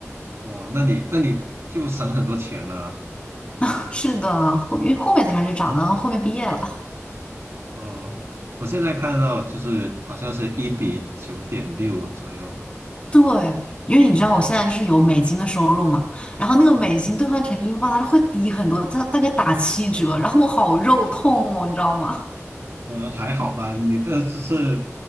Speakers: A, on the right; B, on the left.
A: 哦，那你那你就省很多钱了。
B: <laughs> 是的，后因为后面才开始涨的，后面毕业了。
A: 哦，我现在看到就是好像是一比九点六左右。
B: 对，因为你知道我现在是有美金的收入嘛，然后那个美金兑换成英镑，
A: 嗯，
B: 它会低很多，它大概打七折，然后我好肉痛哦，你知道吗？
A: 嗯，还好吧，你的就是